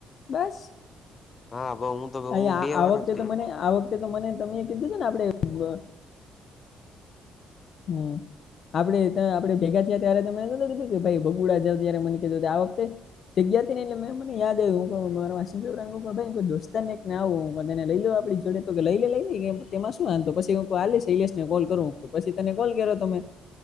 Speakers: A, on the left (about 60°); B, on the left (about 35°).
A: બસ?
B: હા બ હું તો
A: અહીંયા
B: હું બે
A: આવકતે
B: વાર જ ગયો
A: તોમોને આવક કતે તો મને તમે કીધું તું ને આપડે બ હમ. આપડે ત્યાં આપડે ભેગા થીયા ત્યારે ત મે તને કીધું કે ભાઈ ભગુડા જાહુ ત્યારે મને કેજો તે આ વખતે તે ગીયા અતા ને એટલે મે મને યાદ આવ્યું, હું કઉ મારા માસીના છોકરાને કઉ કે ભાઇ કોઈ દોસ્તારને એકના આવો તેને લઈ લો આપડી જોડે તો કે લઈલે લઈલે કે તેમાં શું વાંધો પછી હું કોઉ આ લે શૈલેશ ને કોલ કરું પછી તને કોલ કર્યો તો મે,